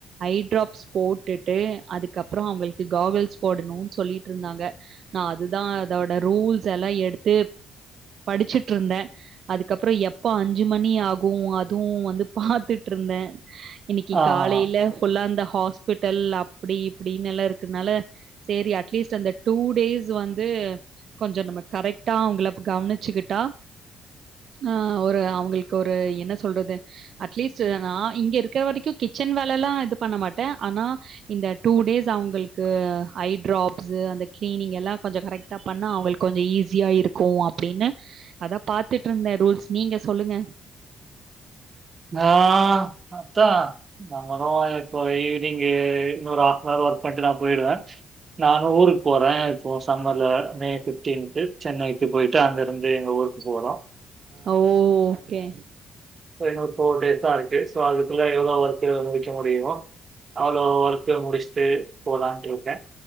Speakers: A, on the right; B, on the right.
A: ஐடிரராப்ஸ் போட்டுட்டு அதுக்கப்பறோ அவ்ங்களுக்கு காவெல்ஸ் போடணுனு சொல்லிட்ருந்தாங்க நா அதுதா அதோட ரூல்ஸ் எல்லா எடுத்து டு படிச்சுட்டு இருந்த அதுக்கப்றோ எப்போ அஞ்சு மணி ஆகு அதுவு வந்து பாத்துட்ருந்த இன்னிக்கி
B: ஆஹஹா.
A: காலைல ஃபுல்ல அந்த ஹாஸ்பிட்டல் அப்டி இப்டினு எல்லா இருக்கனால சேரி அட்லீஸ்ட் அந்த டூ டேஸ் வந்து கொஞ்ச நம்ம கரெக் டா அவ்ங்ள கவனிச்சுக்கிட்டா அ ஒரு அவுங்குள்க்கு ஒரு என்ன சொல்றது அட்லீஸ்ட் ந இங்க இருக்கிற வரைக்கு கிச்சன் வேல எல்லா இது பண்ண மாட்ட ஆனா இந்த டூ டேஸ் அவங்களுக்கு ஐ டிராப்ஸ் அந்த கிளனிங் எல்லா கொஞ்ச கரெக்ட பண்ண அவங்களுக்கு கொஞ்ச ஈஸ் ஸியா இருக்கு அப்டின்னு அதா பாத்துட்ருந்த ரூல்ஸ் நீங்க சொல்லுங்க
B: நா அதா <unintelligible> போயி நீங்க இன்னொரு ஹாஃப் அன் ஹவர் ஒர்க் பண்ணிட்டு நா போயிடுவ நானு ஊருக்கு போற இப்போ சம்மர்ல மே ஃபிஃப்டீன்த் சென்னைக்கு போயிட்டு அங்க இருந்து எங்க ஊருக்கு போறோ
A: ஓ ஓகே
B: இதோ இன்னு ஒரு ஃபோர் டேஸ் தா இருக்கு சோ அதுக்குள்ள எவ்வளோ ஒர்க்கு முடிக்க முடியுமோ அவ்ளோ ஒர்க்கு முடிச்சுட்டு போலான்ட்டு இருக்க